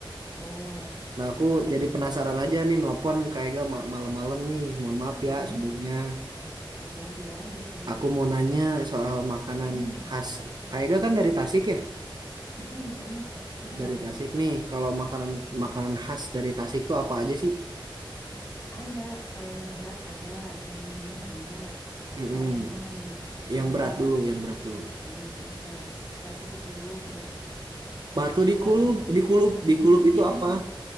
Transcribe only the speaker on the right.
Nah aku
jadi
penasaran aja nih nelpon Kak Ega ma- malam-malam nih, mohon maaf
ya sebelumnya.
Aku mau nanya soal makanan
khas. Kak Ega kan dari Tasik ya?
Dari Tasik nih, kalau makanan makanan khas dari Tasik tuh apa aja sih?
Mm-mm.
Yang berat
dulu, yang berat dulu.
Batu dikulup,
dikulup,
dikulup
itu apa?